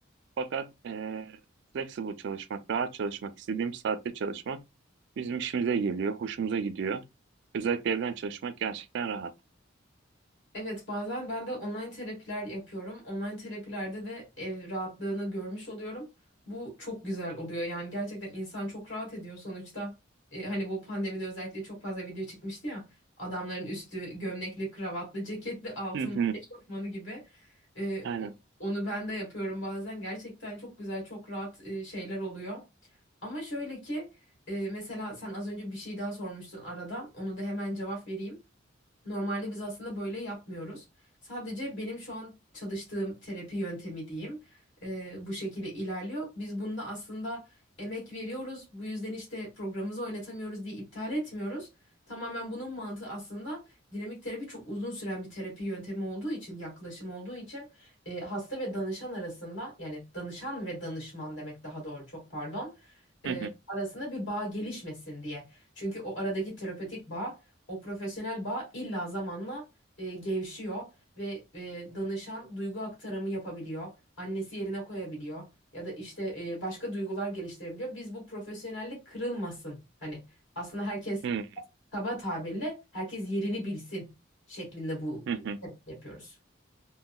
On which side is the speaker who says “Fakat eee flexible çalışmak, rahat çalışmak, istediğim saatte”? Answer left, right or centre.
Right